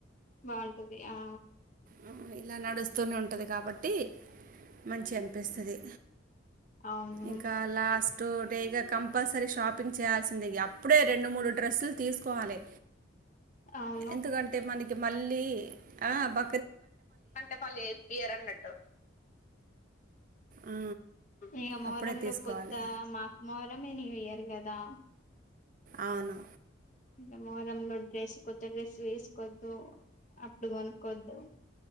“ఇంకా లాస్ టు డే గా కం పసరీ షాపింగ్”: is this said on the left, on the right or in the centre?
Right